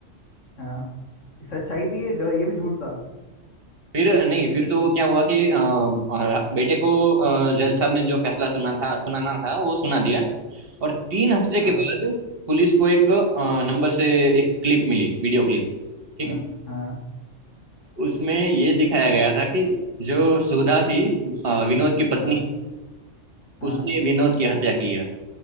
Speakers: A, on the left; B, on the right.
A: हाँ ये सच्चाई थी ये गलत ये भी झूठ था
B: फिर नहीं फिर तो क्या हुआ कि अ, अ, बेटे को जज साहब ने जो फैसला सुना था सुनाना था वो सुना दिया और तीन हफ्ते
A: हाँ
B: के बाद पुलिस को एक अ, नंबर से एक क्लिप मिली वीडियो क्लिप ठीक
A: हाँ
B: है
A: हाँ
B: उसमें ये दिखाया गया था कि जो सुधा थी अ, विनोद की पत्नी
A: हाँ हाँ
B: उसने विनोद की हत्या की है